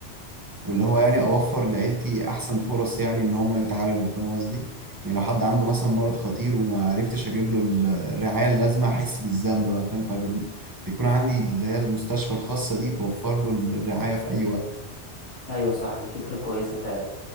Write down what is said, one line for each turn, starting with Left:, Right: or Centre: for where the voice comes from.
Right: واللي هو يعني اوفر لعيلتي احسن فرص يعني ان هم يتعالجوا فاهم قصدي يعني لو حد عنده مثلا مرض خطير وما عرفتش اجيب له ال- الرعايه اللازمه احس بالذنب بقى فاهم فاجيب له فيكون عندي اللي هي المستشفى الخاصه دي توفر له الرعايه في اي وقت
Left: أيوة صح دي فكرة كويسة فعلا